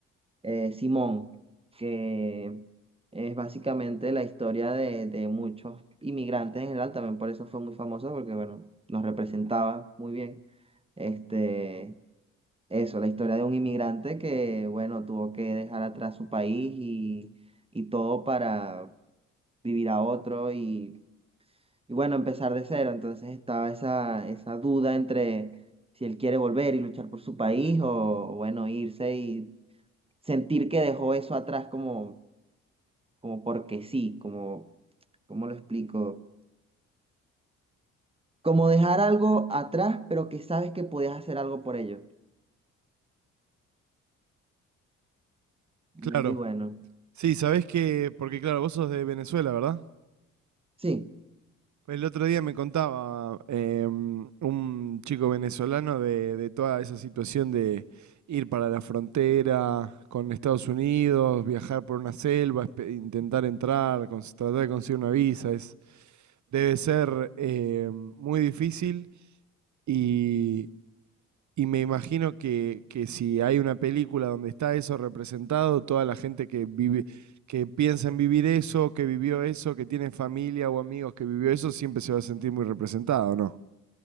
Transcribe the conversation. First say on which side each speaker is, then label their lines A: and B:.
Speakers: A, on the right; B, on the right.
A: eh, Simón, que es básicamente la historia de, de muchos inmigrantes en general, también por eso fue muy famosa porque bueno, nos representaba muy bien. Este, eso, la historia de un inmigrante que, bueno, tuvo que dejar atrás su país y, y todo para vivir a otro y, y bueno, empezar de cero. Entonces estaba esa, esa duda entre si él quiere volver y luchar por su país o, o bueno, irse y sentir que dejó eso atrás como como porque sí, como, ¿cómo lo explico? Como dejar algo atrás, pero que sabes que podías hacer algo por ello. Muy
B: Claro.
A: bueno.
B: Sí, sabés que, porque claro, vos sos de Venezuela, ¿verdad?
A: Sí,
B: El otro día me contaba em, un chico venezolano de, de toda esa situación de ir para la frontera con Estados Unidos, viajar por una selva, espe- intentar entrar, cons- tratar de conseguir una visa. Es, debe ser em, muy difícil. Y, y me imagino que, que si hay una película donde está eso representado, toda la gente que vive, que piensa en vivir eso, que vivió eso, que tiene familia o amigos que vivió eso, siempre se va a sentir muy representado, ¿no?